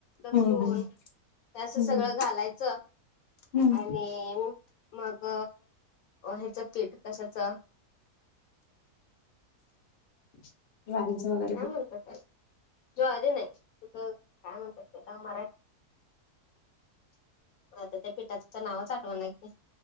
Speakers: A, on the left (about 70°); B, on the left (about 50°).
A: लसूण,
B: हम्म हम्म
A: असं
B: हम्म
A: सगळं घालायचं
B: हम्म
A: आणि- मग, ह्याच पीठ कशाच- <inaudible>
B: वाांच <unintelligible>
A: काय म्हणतात, जो आली नाही तु काय म्हणतात त्याला मराठी <unintelligible> आता त्या पिठाच नावच आठवना की? -